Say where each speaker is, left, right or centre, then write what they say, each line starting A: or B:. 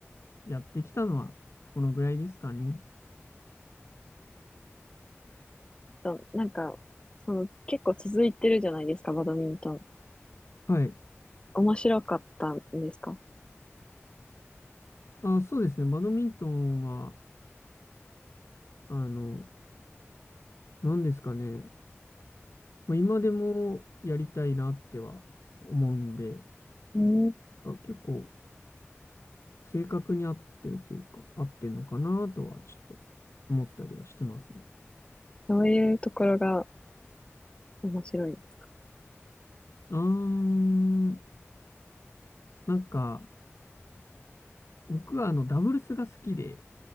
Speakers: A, on the left; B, on the left.
A: やってきたのはこのぐらいですかね。
B: そうなんか、その、結構続いてるじゃないですか、バドミントン。
A: はい。
B: 面白かったんですか
A: あ、そうですね。バドミントンは、あの、何ですかね。まあ、今でもやりたいなっては思うんで、
B: うん。
A: なんか結構、正確に合ってるっていうか、合ってんのかなとはちょっと思ったりはしてますね。
B: どういうところが面白いんですか
A: うーん、なんか、僕はあの、ダブルスが好きで、